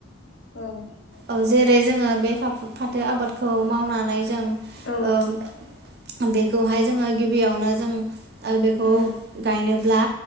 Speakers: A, on the left; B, on the right.
A: औ
B: औ जेरै जोङो बे फाथो आबादखौ मावना नानै जों
A: औ
B: ओ बेख खौहाय जोङो गिबियावनो जों बेखौ
A: ओं
B: गायनोब्ला